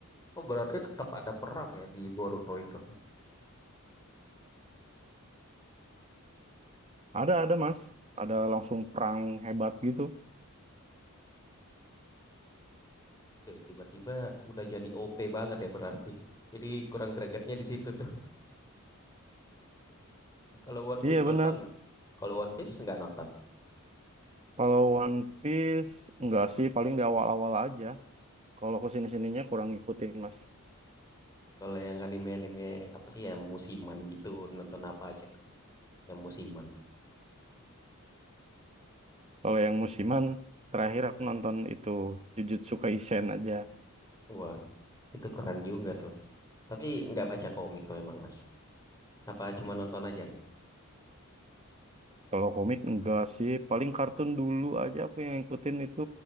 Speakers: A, on the left; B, on the right.
A: Oh berarti tetap ada perang ya di Boruto itu.
B: Ada ada Mas, ada langsung perang hebat gitu.
A: Oke, tiba-tiba udah jadi OP banget ya berarti. Jadi kurang gregetnya di situ tuh. <laughs> Kalau One
B: Iya
A: Piece
B: benar.
A: nonton nggak? Kalau One Piece nggak nonton.
B: Kalau One Piece enggak sih paling di awal-awal aja. Kalau ke sini-sininya kurang ngikutin Mas.
A: Kalau yang anime-anime apa sih ya musiman gitu nonton apa aja tuh? Yang musiman.
B: Kalau yang musiman terakhir aku nonton itu Jujutsu Kaisen aja.
A: Wah itu keren juga tuh. Tapi nggak baca komik memang Mas. Apa cuma nonton aja nih?
B: Kalau komik enggak sih, paling kartun dulu aja aku yang ngikutin itu